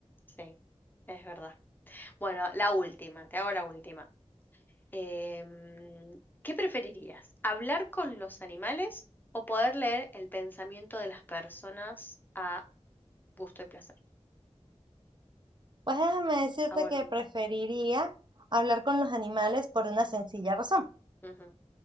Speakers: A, on the left; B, on the right.
A: sí, es verdad. Bueno, la última, te hago la última. Em, ¿qué preferirías? ¿Hablar con los animales o poder leer el pensamiento de las personas a gusto y placer,
B: Pues déjame decirte
A: a voluntad?
B: que preferiría hablar con los animales por una sencilla razón.
A: Ujú,